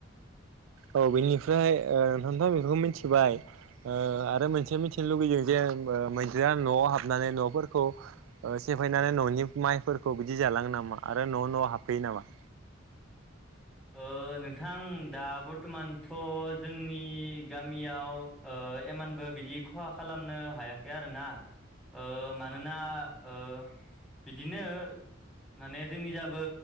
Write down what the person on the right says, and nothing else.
औ बेनिफ्राय ओ नोंथांथ' बेखौ मिन्थिबाय। ओ आरो मोनसे मिथिनो लुुबैदों जे मैदेरा न'आव हाबनानै न'फोरखौ ओ सेफायनानै न'नि माइफोरखौ बिदि जालाङो नामा आरो न' न'हाबफैयो नामा?